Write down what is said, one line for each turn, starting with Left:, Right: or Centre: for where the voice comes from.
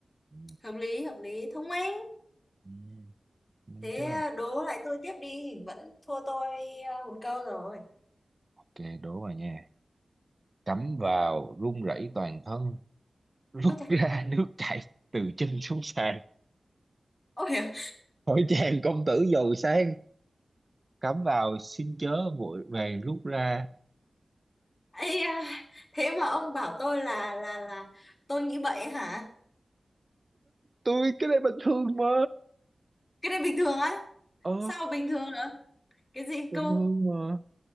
Right: ừ.
Left: hợp lý hợp lý thông minh
Right: ừ, đúng
Left: thế
Right: chưa
Left: à, đố lại tôi tiếp đi vẫn thua tôi à, một câu rồi
Right: ok đố vào nha cắm vào run rẩy toàn thân rút
Left: ôi trời
Right: ra <laughs> nước chảy từ chân xuống sàn
Left: ôi à.
Right: hỏi chàng công tử giàu sang cắm vào xin chớ vội vàng rút ra
Left: Ây da, thế mà ông bảo tôi là là là tôi nghĩ vậy hả
Right: tôi cái này bình thường mà
Left: cái này bình thường á
Right: ờ
Left: sao mà bình thường nữa cái gì
Right: bình
Left: cô
Right: thường mà